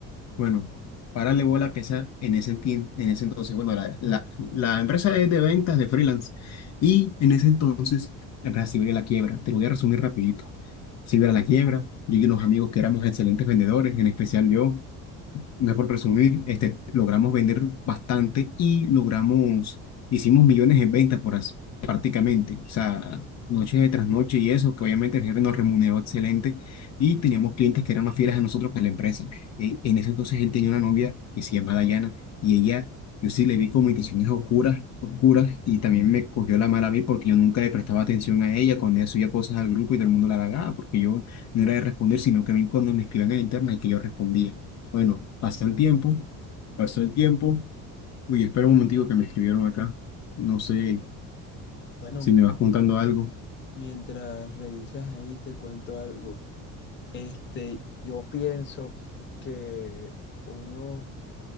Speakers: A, on the left (about 55°); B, on the left (about 35°).
A: Bueno, párale bola que esa en ese, tien- en ese entonces, bueno, la, la, la empresa es de ventas de freelance y en ese entonces la empresa sí veía la quiebra. Te lo voy a resumir rapidito. Sí veía la quiebra, yo y unos amigos que éramos excelentes vendedores, en especial yo. no es por presumir, este, logramos vender bastante y logramos, hicimos millones en ventas por as- prácticamente, o sea, noche tras noche y eso, que obviamente el jefe nos remuneró excelente y teníamos clientes que eran más fieles a nosotros que a la empresa. E- en ese entonces él tenía una novia que se llamaba Dayana y ella, yo sí le vi como intenciones oscuras, oscuras y también me cogió la mala a mí porque yo nunca le prestaba atención a ella cuando ella subía cosas al grupo y todo el mundo la halagaba porque yo no era de responder, sino que a mí cuando me escribían en el internet que yo respondía. Bueno, pasó el tiempo, pasó el tiempo. Uy, espera un momentico que me escribieron acá. No sé
B: Bueno,
A: si
B: mi-
A: me vas contando algo.
B: mientras revisas ahí te cuento algo. Este, yo pienso que uno,